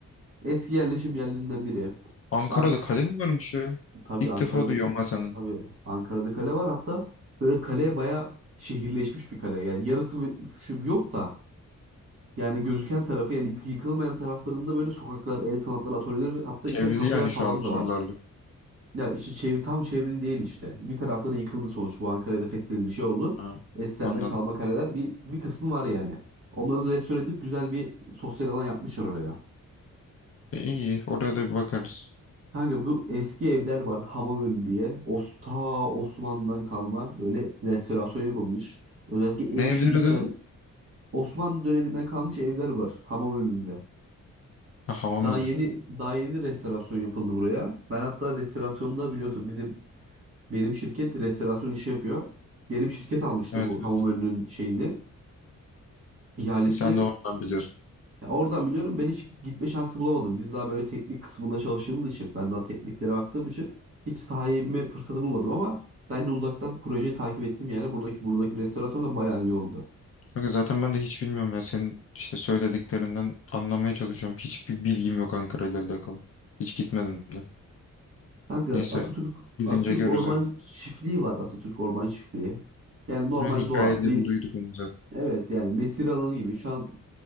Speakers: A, on the right; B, on the left.
A: Eski yerleşim yerlerinden biri.
B: Ankara'da
A: İşte antik
B: kale mi varmış ya?
A: Tabii
B: İlk
A: Ankara'da
B: defa duyuyorum ben senin.
A: tabii Ankara'da kale var hatta böyle kale baya şehirleşmiş bir kale. Yani yarısı ve- şu yok da yani gözüken tarafı yani yıkılmayan taraflarında böyle sokaklar, el sanatları atölyeleri hatta
B: Çevrili
A: içeri kafeler
B: yani
A: falan
B: şu an sorularla.
A: da var. Ya işte çev tam çevrili değil işte. Bir tarafları yıkıldı sonuç. Bu Ankara'da fethedildi şey oldu.
B: Ha,
A: Eskilerden
B: anladım.
A: kalma kaleler bir bir kısmı var yani. Onları restore edip güzel bir sosyal alan yapmışlar oraya.
B: E, iyi. Oraya da bir bakarız.
A: Kanka bu eski evler var Hamamön diye. Osta Osmanlı'dan kalma böyle restorasyon yapılmış. Özellikle el
B: Ne
A: işi
B: evleri
A: dükkan
B: dedin?
A: Osmanlı döneminden kalmış evler var Hamamönü'nde.
B: Ha, hamam
A: Daha
B: önü.
A: yeni daha yeni restorasyon yapıldı buraya. Ben hatta restorasyonda biliyorsun bizim benim şirket restorasyon işi yapıyor. Benim şirket almıştı
B: Evet
A: bu
B: evet.
A: Hamamönü'nün şeyini, ihalesini.
B: E, Sen de oradan biliyorsun.
A: Ya oradan biliyorum ben hiç gitme şansı bulamadım. Biz daha böyle teknik kısmında çalıştığımız için ben daha tekniklere baktığım için hiç sahaya inme fırsatı bulmadım ama ben de uzaktan projeyi takip ettim yani buradaki buradaki restorasyon da bayağı iyi oldu.
B: Kanka zaten ben de hiç bilmiyorum ya. Senin işte söylediklerinden anlamaya çalışıyorum. Hiçbir bilgim yok Ankara ile alakalı. Hiç gitmedim de.
A: Kanka
B: Neyse
A: Atatürk
B: gidince
A: Atatürk
B: görürüz
A: Orman
B: artık.
A: Çiftliği var. Atatürk Orman Çiftliği. Yani normal
B: Ha, hikayelerini
A: doğa. Bir
B: duyduk onu zaten.
A: evet yani mesire alanı gibi. Şu an